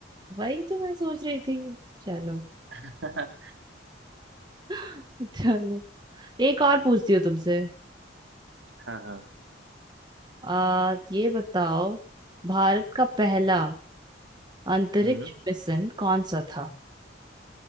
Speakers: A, on the right; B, on the right.
A: वही तो मैं सोच रही थी चलो
B: <laughs> हाँ
A: <laughs> चलो एक और पूछती हूँ तुमसे
B: हाँ
A: आ ये बताओ भारत का पहला अंतरिक्ष
B: हम्म
A: मिशन कौन सा था